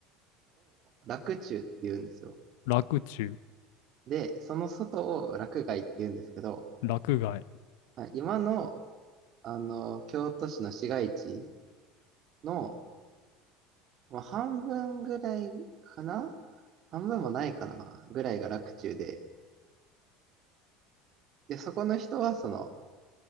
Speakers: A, on the right (about 35°); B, on the left (about 80°).
A: 洛中って言うんですよ。
B: 洛中、
A: で、その外を洛外って言うんですけど、
B: 洛外。
A: はい今の、あの、京都市の市街地の、まあ、半分ぐらいかな半分もないかなぐらいが洛中で、で、そこの人は、その、